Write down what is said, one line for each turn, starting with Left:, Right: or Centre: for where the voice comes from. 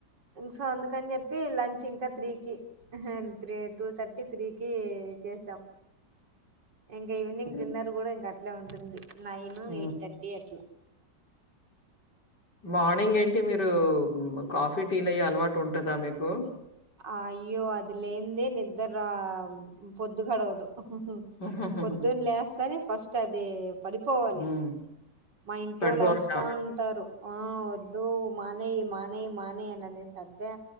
Right: ఇన్నిసార్లు అందుకని చెప్పి లంచ్ ఇంకా త్రీకి త్రీ టూ థర్టీ త్రీకి చేసాం ఎంగ ఈవినింగ్
Left: హ్మ్.
Right: డిన్నర్ కూడా ఇ క ఇట్ల ఉంటుంది నైన్
Left: హ్మ్.
Right: ఎయిట్ థర్టీ అట్లా
Left: మార్నింగ్ ఏంటి మీరు మ్ కాఫీ టీ లయ్యీ అలవాటు ఉంటుందా మీకు
Right: అయ్యో అది లేనిదే నిద్దర పొద్దు గడవదు మ్ హు
Left: హుహుహుహు.
Right: పొద్దున్న లేస్తానే ఫస్ట్ అది పడిపోవాలి
Left: హ్మ్.
Right: మా ఇంట్లో
Left: పడిపోవడం
Right: వాళ్ళు అరుస్తా ఉంటారు ఆ వ వద్దూ మానేయ్ మానేయ్ మానేయ్ అననేసి అబ్బే